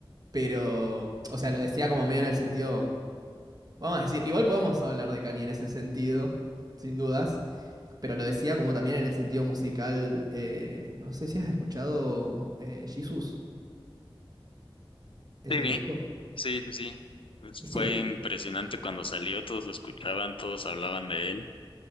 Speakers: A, on the right (about 45°); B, on the left (about 70°).
A: pero, o sea, lo decía como medio en el sentido, vamos a decir, igual podemos hablar de Kanye en ese sentido, sin dudas, pero lo decía como también en el sentido musical, eh, no sé si has escuchado eh, Jesus, ese
B: Sí,
A: disco,
B: sí, sí, sí. Pues
A: viste
B: fue
A: que,
B: impresionante cuando salió, todos lo escuchaban, todos hablaban de él